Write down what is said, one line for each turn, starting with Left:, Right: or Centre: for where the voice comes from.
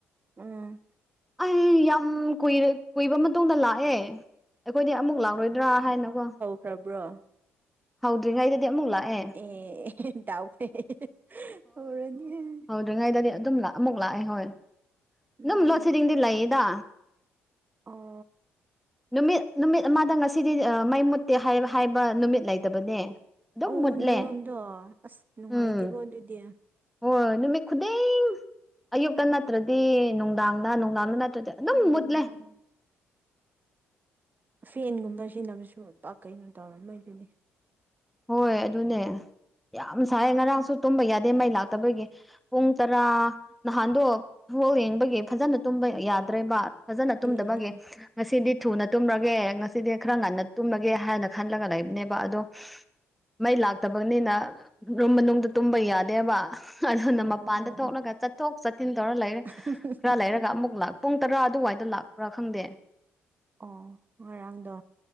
Right: ꯎꯝ
Centre: ꯑꯩ ꯌꯥꯝ ꯀꯨꯏꯔ ꯀꯨꯏꯕ ꯃꯇꯨꯡꯗ ꯂꯥꯛꯑꯦ ꯑꯩꯈꯣꯏꯗꯤ ꯑꯃꯨꯛ ꯂꯥꯎꯔꯣꯏꯗ꯭ꯔꯥ ꯍꯥꯏꯅꯀꯣ
Right: ꯐ꯭ꯔꯕ꯭ꯔꯣ
Centre: ꯍꯧꯗ꯭ꯔꯤꯉꯩꯗꯗꯤ ꯑꯃꯨꯛ ꯂꯥꯛꯑꯦ
Right: ꯑꯦ ꯗꯥꯎ ꯐꯩ ꯍꯧꯔꯅꯤ
Centre: ꯇ꯭ꯔꯤꯉꯩꯗꯗꯤ ꯑꯗꯨꯝ ꯂꯥꯛ ꯑꯃꯨꯛ ꯂꯥꯛꯑꯦ ꯍꯣꯏ
Right: ꯎꯝ
Centre: ꯑꯗꯨꯝ ꯂꯣꯠ ꯁꯤꯗꯤꯡꯗꯤ ꯂꯩꯌꯦꯗ
Right: ꯑꯣ
Centre: ꯅꯨꯃꯤꯠ ꯅꯨꯃꯤꯠ ꯑꯃꯗ ꯉꯁꯤꯗꯤ ꯃꯩ ꯃꯨꯠꯇꯦ ꯍꯥꯏ ꯍꯥꯏꯕ ꯅꯨꯃꯤꯠ ꯂꯩꯇꯕꯅꯦ ꯑꯗꯨꯝ
Right: ꯑꯧ
Centre: ꯃꯨꯠꯂꯦ
Right: ꯅꯣꯏꯔꯣꯝꯗꯣ ꯑꯁ ꯅꯨꯡꯉꯥꯏꯇꯦꯀꯣ
Centre: ꯎꯝ
Right: ꯑꯗꯨꯗꯤ
Centre: ꯍꯣꯏ ꯅꯨꯃꯤꯠ ꯈꯨꯗꯤꯡ ꯑꯌꯨꯛꯇ ꯅꯠꯇ꯭ꯔꯗꯤ ꯅꯨꯡꯗꯥꯡꯗ ꯅꯨꯡꯗꯥꯡꯗ ꯇꯗ ꯑꯗꯨꯝ
Right: ꯎꯝ
Centre: ꯃꯨꯠꯂꯦ
Right: ꯐꯦꯟꯒꯨꯝꯕ ꯁꯤꯖꯤꯟꯅꯕꯁꯨ ꯄꯥꯛ ꯀꯩꯅꯣ ꯇꯧꯔꯝꯃꯣꯏ ꯗꯨꯅꯤ
Centre: ꯍꯣꯏ ꯑꯗꯨꯅꯦ ꯌꯥꯝ ꯁꯥꯏ
Right: ꯑꯦ
Centre: ꯉꯔꯥꯡꯁꯨ ꯇꯨꯝꯕ ꯌꯥꯗꯦ ꯃꯩ ꯂꯥꯛꯇꯕꯒꯤ ꯄꯨꯡ ꯇꯔꯥ ꯅꯍꯥꯟꯗꯣ ꯐꯣꯜ ꯌꯦꯡꯕꯒꯤ ꯐꯖꯅ ꯇꯨꯝꯕ ꯌꯥꯗ꯭ꯔꯦꯕ ꯐꯖꯅ ꯇꯨꯝꯗꯕꯒꯦ
Right: ꯑꯦ
Centre: ꯉꯁꯤꯗꯤ ꯊꯨꯅ ꯇꯨꯝꯔꯒꯦ ꯉꯁꯤꯗꯤ ꯈꯔ ꯉꯟꯅ ꯇꯨꯝꯔꯒꯦ ꯍꯥꯏꯅ ꯈꯜꯂꯒ ꯂꯩꯕꯅꯦꯕ ꯑꯗꯣ ꯃꯩ ꯂꯥꯛꯇꯕꯅꯤꯅ ꯔꯨꯝ ꯃꯅꯨꯡꯗ ꯇꯨꯝꯕ ꯌꯥꯗꯦ ꯍꯥꯏꯕ ꯑꯗꯨꯅ
Right: ꯑꯣ
Centre: ꯃꯄꯥꯟꯗ ꯊꯣꯛꯂꯒ ꯆꯠꯊꯣꯛ ꯆꯠꯊꯤꯟ ꯇꯧꯔ ꯂꯩꯔꯦ
Right: ꯎ <unintelligible>
Centre: ꯇꯔꯥ ꯂꯩꯔꯒ ꯑꯃꯨꯛ ꯂꯥꯛ ꯄꯨꯡ ꯇꯔꯥ ꯑꯗꯨꯋꯥꯏꯗ ꯂꯥꯛꯄ꯭ꯔꯥ ꯈꯪꯗꯦ
Right: ꯑꯣ ꯉꯔꯥꯡꯗꯣ